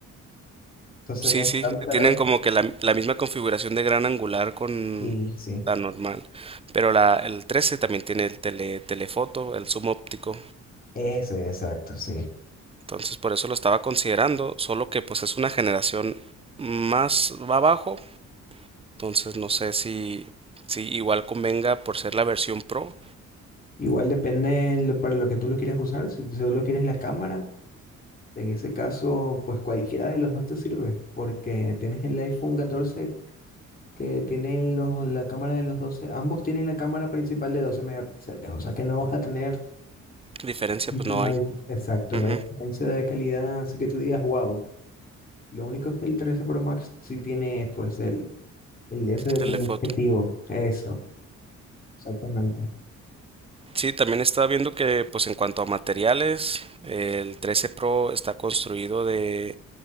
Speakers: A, on the left; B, on the right.
A: Entonces
B: sí,
A: no es
B: sí,
A: tanta
B: tienen
A: la diferencia.
B: como que la, la misma configuración de gran angular con
A: Sí, sí.
B: la normal, pero la, el 13 también tiene el tele, telefoto, el zoom óptico,
A: Ese, exacto, sí.
B: entonces por eso lo estaba considerando, solo que pues es una generación más abajo, Entonces no sé si, si igual convenga por ser la versión Pro.
A: Igual depende lo- para lo que tú lo quieras usar. Si tú solo quieres la cámara, en ese caso, pues cualquiera de los dos te sirve, porque tienes el iPhone 14 que tiene los, la cámara de los doce Ambos tienen la cámara principal de 12 megapíxeles, o sea que no vas a tener,
B: Diferencia
A: no
B: pues no hay.
A: hay- exacto,
B: Ujú,
A: no hay diferencia de calidad, así que tú digas, wow. Lo único es que el 13 Pro Max sí tiene, pues, el, el SDP,
B: Telefoto.
A: el objetivo. Eso, exactamente.
B: Sí, también estaba viendo que pues en cuanto a materiales, el 13 Pro está construido de